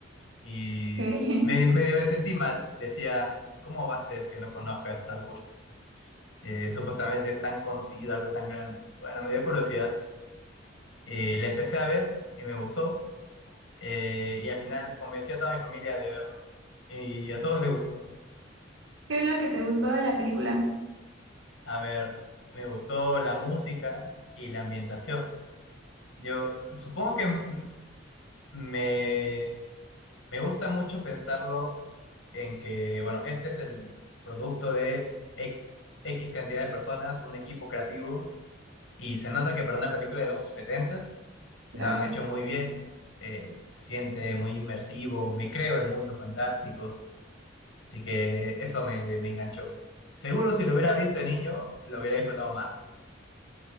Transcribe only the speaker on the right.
¿Qué,
<laughs>
qué es lo que te gustó de la película?
Claro.